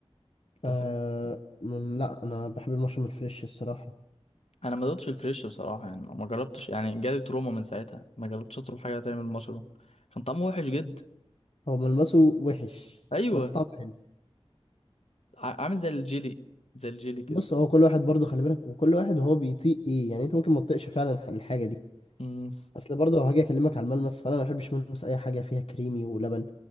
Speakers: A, on the left; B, on the left.
A: آه
B: انت فاهم.
A: مم، لا انا بحب المشروم الفريش الصراحة
B: انا ما دقتش الفريش بصراحه يعني ما جربتش يعني جالي تروما من ساعتها ما جربتش اطلب حاجه تاني من المشروم كان طعمه وحش جدا
A: هو ملمسه وحش
B: ايوه
A: بس طعمه حلو
B: ع- عامل زي الجيلي زي الجيلي كده
A: بص هو كل واحد برضه خلي بالك وكل واحد هو بيطيق ايه يعني انت ممكن ما تطيقش فعلا الحاجة دي
B: امم
A: اصل برضه لو هاجي اكلمك على الملمس فانا ما بحبش ملمس اي حاجه فيها كريمي ولبن